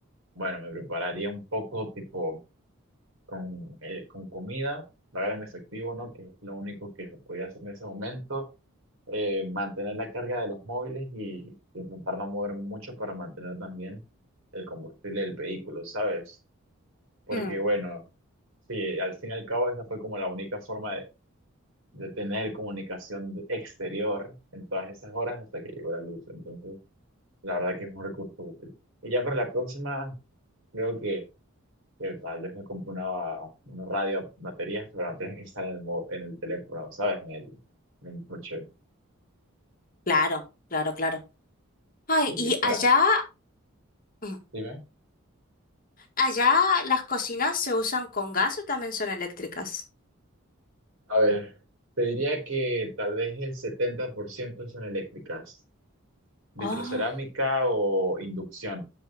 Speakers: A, on the right; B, on the left.
A: bueno, me prepararía un poco tipo con, eh, con comida, pagar en efectivo, ¿no? Que es lo único que se podía hacer en ese momento eh, mantener la carga de los móviles y intentar no moverme mucho para mantener también el combustible del vehículo, ¿sabes? Porque
B: mm.
A: bueno, sí, al fin y al cabo esa fue como la única forma de, de tener comunicación de- exterior en todas esas horas hasta que llegó la luz. Entonces, la verdad que es un recurso útil. Y ya para la próxima, creo que, que tal vez me compre una, una radio a baterías, pero no tiene que estar en el, mo- en el teléfono, ¿sabes? En el, en el coche.
B: Claro, claro, claro. Ay,
A: Sí,
B: y
A: espera,
B: allá, mm,
A: dime.
B: allá las cocinas se usan con gas o también son eléctricas.
A: A ver, te diría que tal vez el 70% son eléctricas, vitrocerámica
B: Ah,
A: o inducción,